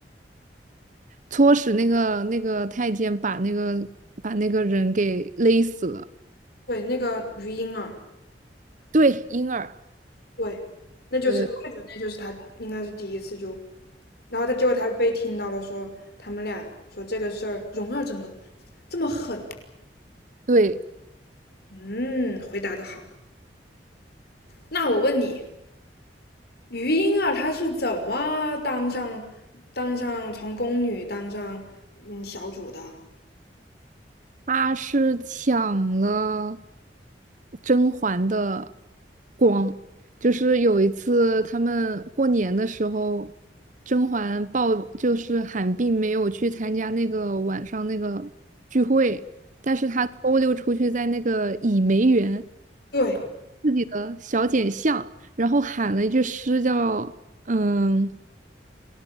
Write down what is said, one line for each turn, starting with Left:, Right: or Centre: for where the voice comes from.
Right: 搓使那个那个太监把那个把那个人给勒死了。
Left: 对，那个于莺儿，
Right: 对，婴儿，
Left: 对，那就是我也觉得那就是他应该是第一次就，
Right: 对对
Left: 然后他结果他被听到了说他们俩说这个事儿，蓉儿怎么这么狠，
Right: 对，
Left: 嗯，回答的好。那我问你，于莺儿她是怎么当上当上从宫女当上嗯小主的？
Right: 他是抢了甄嬛的光，就是有一次他们过年的时候，甄嬛抱就是喊病没有去参加那个晚上那个聚会，但是她偷溜出去在那个倚梅园
Left: 对，
Right: 自己的小简巷，然后喊了一句诗叫嗯